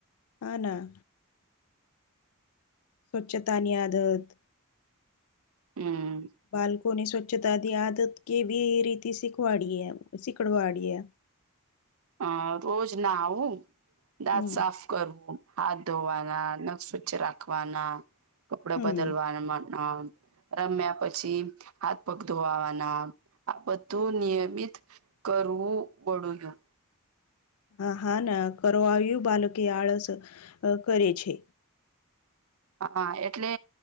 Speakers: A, on the left; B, on the right.
A: આના. સ્વચ્છતાની આયાદત.
B: હમ.
A: બાળકોની સ્વચ્છતાથી આદત કેવી એ રી શીખવાડી શીખડવાડીએ.
B: હ રોજ નાું દાત
A: હમ
B: સાફ. કરવું હાથ ધોવાના નખ સ્વચ્છ રાખવાના. કપડાે
A: હમ
B: પદલવાના. રમ્યા પછી હાથ પગ ધોવાવાના આ બધું નિયમિત. કરવું બળું.
A: હ હા ના કરવા આવ્યું બાલકે આળસ કરે છે.
B: હા એટલે